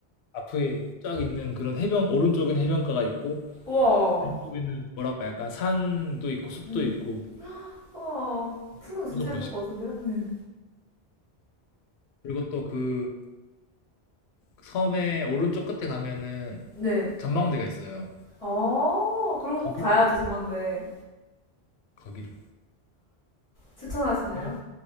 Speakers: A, on the left; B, on the left.
A: 앞에 쫙 있는 그런 해변 오른쪽엔 해변가가 있고
B: 우와.
A: 왼쪽에는 뭐랄까 약간 산도 있고 숲도
B: 음,
A: 있고
B: 우와. 풍경 진짜
A: 엄청
B: 예쁠
A: 멋있고
B: 것 같은데요? 네.
A: 그리고 또 그 섬의 오른쪽 끝에 가면은
B: 네.
A: 전망대가 있어요
B: 어, 그런 거 꼭
A: 거기를
B: 봐야죠,
A: 꼭 가봐요,
B: 전망대.
A: 거기를
B: 추천하시나요?
A: 그리고